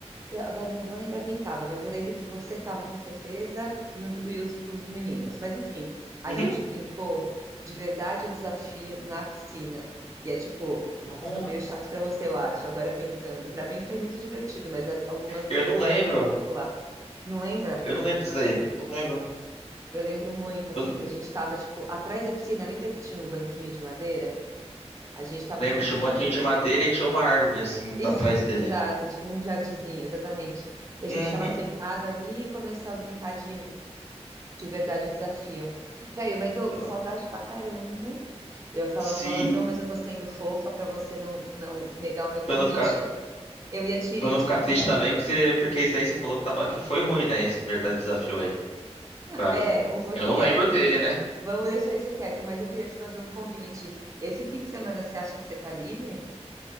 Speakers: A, on the right; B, on the left.
A: Eu- agora eu não vou lembrar quem estava, mas eu lembro que você estava com certeza e, um do- e os, os meninos. Mas enfim, a
B: Uhum.
A: gente brincou de verdade o desafio na piscina. E é tipo,
B: Não,
A: foi meio chato para você, eu acho, agora pensando. Para mim foi muito divertido, mas as- algumas,
B: eu
A: os
B: não lembro.
A: desafios era pular. Não lembra?
B: Eu não lembro
A: Nossa.
B: disso aí. Não lembro.
A: Eu lembro muito, assim,
B: Eu le-
A: que a gente estava, tipo, atrás da piscina. Lembra que tinha um banquinho de madeira? A gente estava
B: lembro
A: sentado.
B: que tinha um banquinho de madeira e tinha uma árvore, assim, tá
A: Isso,
B: atrás dele.
A: exato, tipo um jardinzinho, exatamente. E a
B: Uhum.
A: gente estava sentado ali e começou a brincar de, de verdade o desafio. Velho, mas eu,
B: Não.
A: saudade pra caramba. Eu ia falar
B: Se,
A: um palavrão, mas eu tô sendo fofa pra você não, não negar o meu
B: pra
A: convite.
B: eu não ficar,
A: Eu ia te,
B: pra eu não
A: te
B: ficar
A: convidar
B: triste também,
A: pra.
B: porque, você- porque isso aí você falou que, tava, que foi ruim, né, esse verdadeiro desafio aí, pra
A: É,
B: mim.
A: um pouquinho.
B: Eu não lembro
A: É,
B: dele,
A: um- é,
B: né?
A: vamos deixar isso quieto, mas eu queria te fazer um convite. Esse fim de semana você acha que você tá livre?